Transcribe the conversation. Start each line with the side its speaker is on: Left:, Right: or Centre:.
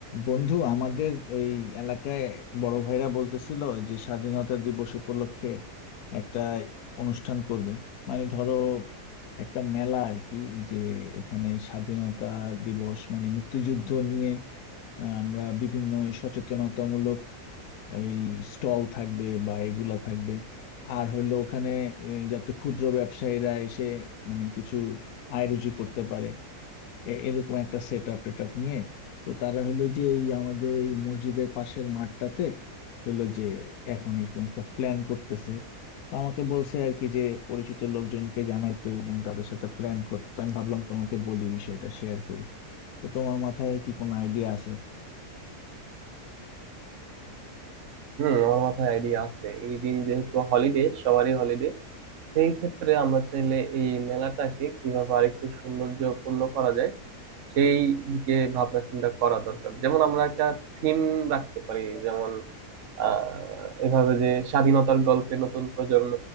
Left: বন্ধু আমাদের ওই এলাকায় বড় ভাইরা বলতেছিল যে স্বাধীনতা দিবস উপলক্ষে একটা অনুষ্ঠান করবে মানে ধরো একটা মেলা আর কি যে এখানে স্বাধীনতা দিবস মানে মুক্তিযুদ্ধ নিয়ে আহ, আমরা বিভিন্ন সচেতনতামূলক এই স্টল থাকবে বা এগুলা থাকবে আর হইলো ওখানে আহ, যাতে ক্ষুদ্র ব্যবসায়ীরা এসে মানে কিছু আয় রুজি করতে পারে এ- এরকম একটা সেট আপ টেট আপ নিয়ে তো তারা হলো যে এই আমাদের এই মসজিদের পাশের মাঠটাতে হলো যে এখন এরকম একটা প্ল্যান করতেছে তো আমাকে বলছে আর কি যে পরিচিত লোকজনকে জানাইতে এবং তাদের সাথে প্ল্যান করতে তো আমি ভাবলাম তোমাকে বলি বিষয়টা শেয়ার করি তো তোমার মাথায় কি কোনো আইডিয়া আছে
Right: হুম আমার মাথায় আইডিয়া আছে এই দিন যেহেতু হলিডে সবারই হলিডে সেই ক্ষেত্রে আমরা চাইলে এই মেলাটাকে কিভাবে আরেকটু সৌন্দর্যপূর্ণ করা যায় সেই দিকে ভাবনা চিন্তা করা দরকার যেমন আমরা একটা থিম রাখতে পারি যেমন আহ এভাবে যে স্বাধীনতার গল্পে নতুন প্রজন্ম